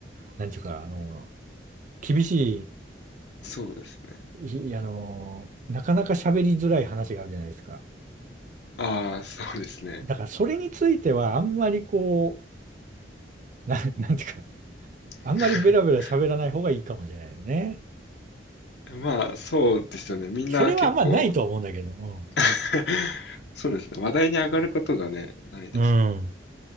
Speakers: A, on the right; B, on the left.
A: なんていうか、あの、厳し
B: そうですね。
A: い、ひあの、なかなか喋りづらい話があるじゃないですか。
B: ああ、そうですね。
A: だからそれについてはあんまりこう、な、<laughs> なんていうか、
B: <laughs>
A: あんまりベラベラ喋らない方がいいかもしれないよね。
B: まあ、そうですよね。みんな結構、
A: それはあんまないとは思うんだけど、
B: <laughs> そうですね。話題に上がることがね、ないですね。
A: うん。うん